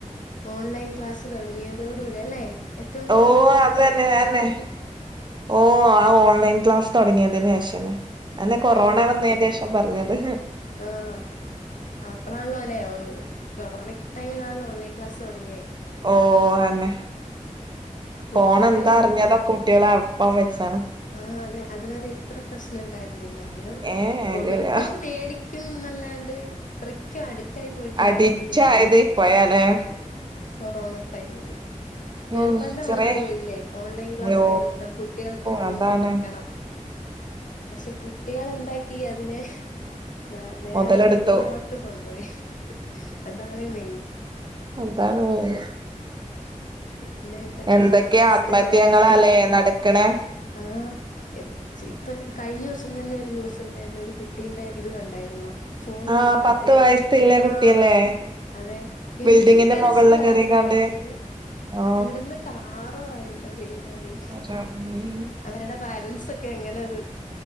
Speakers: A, on the left; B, on the right.
A: ഓൺലൈൻ ക്ലാസ്സ് തൊടങ്ങിയതോട് കൂടി അല്ലെ. ഏറ്റവും കൂടുതൽ
B: ഓ
A: ഫോണ്
B: അത് തന്നെ
A: കുട്ടികളിലേക്ക്
B: അതന്നെ
A: എത്തി
B: ഓ ആ ഓൺലൈൻ ക്ലാസ് തൊടങ്ങിയതിന് ശേഷെന്നെ. അന്ന്
A: ഏറ്റവും
B: കൊറോണ വന്നന്റെ ശേഷം പറഞ്ഞത്.
A: ആഹ് ആപ്പളാണല്ലോല്ലെ <unintelligible> കൊറോണിക് ടൈമിലാണല്ലോ ഓൺലൈൻ ക്ലാസ് തൊടങ്ങിയെ.
B: ഓ അഹെന്നെ.
A: കു-
B: കോണ്
A: ചെറിയ
B: എന്താ
A: കുട്ടി
B: അറ്ഞ്ഞതും കുട്ട്യേള് അപ്പം വെച്ചാണ്.
A: ആ അതെ. അതുവരെ ഇത്ര പ്രശ്നം ഇണ്ടായിരുന്നില്ല. നമ്മള്
B: ഏ
A: കൊടുക്കും
B: ഇല്ലല്ല
A: മേടി യ്ക്കും നല്ലാണ്ട് ഇത്രയ്ക്കും അഡിക്റ്റ് ആയി പോയിട്ടില്ലാന്ന
B: അഡിക്റ്റ്
A: എനിക്കും തോന്നുംന്നെ.
B: ആയത് ഇപ്പഴാല്ലേ
A: കൊറോണ ടൈമില്.
B: ഓ
A: നിർബന്ധം
B: ചെറിയ
A: വന്നുപോയില്ലേ. ഓൺലൈൻ ക്ലാസ്
B: ഓ
A: ആയത് കൊണ്ട് ആ കുട്ടികൾക്ക് ഫോൺ
B: അതാണ്
A: കൊടുക്കണം. പക്ഷെ കുട്ടികള് എന്താക്കി അതിനെ. ഇന്നാ വേറെ
B: മുതലെടുത്തു
A: രീതിയിലോട്ട് കൊണ്ടുപോയി. അതാണ് മെയിൻ
B: അതാണ് മെയിൻ
A: പിന്നെ എന്തൊക്കെയാണ്
B: എന്തൊക്കെയ
A: ഇൻസ്റ്റഗ്രാമ്
B: ആത്മഹത്യങ്ങളാല്ലേ നടക്ക്ണേ?
A: ആഹ് എചി ഇപ്പൊ കയിഞ്ഞ ദിവസം തന്നെ ഒരു ന്യൂസ് ഉണ്ടായിരുന്നു ഒരു കുട്ടീന്റെ ഇത് കണ്ടായിരുന്നോ? ഫോൺ
B: ആ
A: കൊടുക്കാത്തേന്,
B: പത്ത് വയസ്സില്ലേ കുട്ടിയല്ലേ
A: ആഹ് അതെ
B: ബിൽഡിങ്ങിന്റെ
A: എന്തൊരു കരച്ചിലാ
B: മുകളില് കേറിക്കാണ്ട്
A: അത് കരയുന്നെ.
B: ആ
A: കെടന്ന് കാറുവാ എന്റെ ദൈവമേ
B: റബ്ബേ
A: അവരുടെ പാരന്റ്സ് ഒക്കെ എങ്ങനെത്